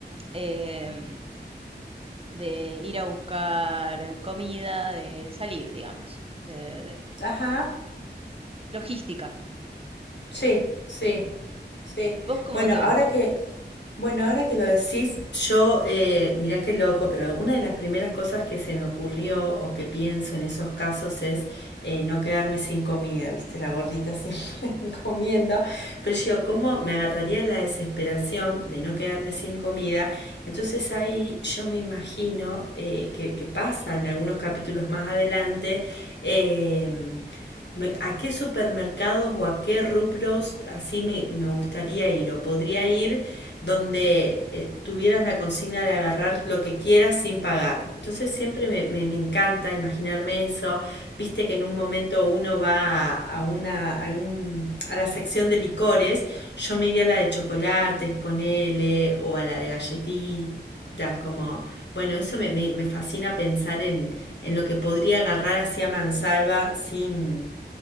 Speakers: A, on the right (about 30°); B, on the left (about 80°).
A: em, de ir a buscar comida, de salir, digamos, de, de-
B: Ajá.
A: logística.
B: Sí, sí, sí.
A: ¿Vos cómo
B: Bueno,
A: te
B: ahora
A: ves?
B: que, bueno, ahora que lo decís, yo, eh, mirá qué loco, pero una de las primeras cosas que se me ocurrió o que pienso en esos casos es eh, no quedarme sin comida, ¿viste? La gordita siempre <laughs> comiendo. Pero yo, ¿cómo me agarraría la desesperación de no quedarme sin comida? Entonces ahí yo me imagino eh, que, que pasa en algunos capítulos más adelante. em, me- ¿A qué supermercados o a qué rubros así me, me gustaría ir? ¿O podría ir donde eh, tuvieras la consigna de agarrar lo que quieras sin pagar? Entonces siempre me, me- me encanta imaginarme eso. Viste que en un momento uno va a, a una, a, un- a la sección de licores, yo me iría a la de chocolates, ponele, o a la de galletitas, como... Bueno, eso me, me- me fascina pensar en, en lo que podría agarrar hacia mansalva sin,